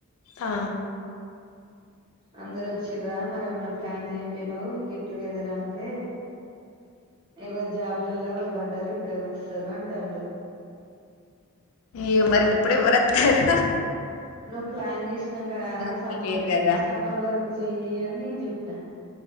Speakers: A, on the left; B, on the right.
A: ఆ
B: అందరు వచ్చిరా మరి ఏమన్నా ప్లాన్ చేయపోయినావు గెట్ టుగెదర్ అంటే ఎవరు జాబ్లలో వాళ్ళు పడ్డారు ఇప్పుడు ఎవరు వస్తారు అంటాండు
A: ఏ మరిగ్ అప్పుడు ఎవరు వతారు
B: నువ్ ప్లాన్ చేసినాక రారా
A: కూడా
B: సమ్మ
A: లేరు కదా
B: సమ్మర్ వరకు చెయ్యి అని నేను చెప్పిన